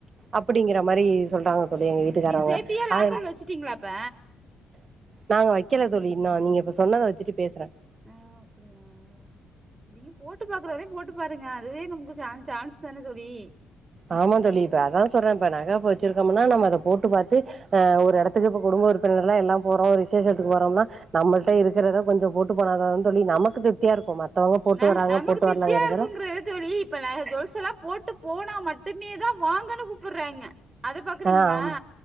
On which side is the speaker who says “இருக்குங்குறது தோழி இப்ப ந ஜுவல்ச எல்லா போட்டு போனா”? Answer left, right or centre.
Right